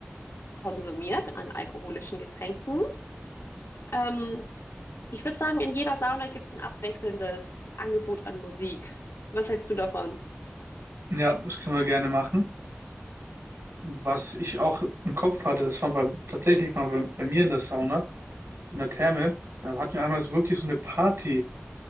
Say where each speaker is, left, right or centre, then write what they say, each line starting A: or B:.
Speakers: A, on the left; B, on the right.
A: konsumiert an alkoholischen Getränken. Ähm, ich würde sagen, in jeder Sauna gibt's ein abwechselndes Angebot an Musik. Was hältst du davon?
B: Ja, das können wir gerne machen. Was ich auch im Kopf hatte, das war bei, tatsächlich mal bei, bei mir in der Sauna. in der Therme, da hatten wir einmal so wirklich so eine Partymusik,